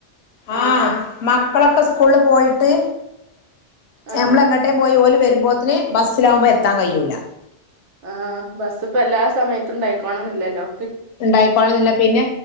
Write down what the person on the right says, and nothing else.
ആഹ്
ആഹ്
ആഹ് ബസ്സ് ഇപ്പോ എല്ലാ സമയത്തും ഉണ്ടായിക്കോണം ന്നില്ലല്ലോ.